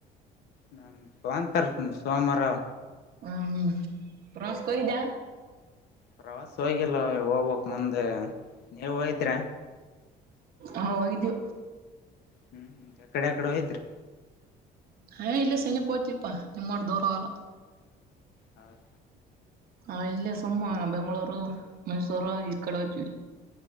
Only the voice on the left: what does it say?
ನನ್ ಬಂತಂತರ್ ಸೋಮವಾರ
ಪ್ರವಾಸ ಹೋಗಿಲ್ಲ ಹೋಗ್ಬೇಕ್ ಮುಂದೆ ನೀವು ಹೋಗಿದ್ರ
ಹ್ಮ್ ಹ್ಮ್ ಯಾಕೆಡೆ ಯಕಡೆ ಹೋಗಿದ್ರಿ
ಹೌದು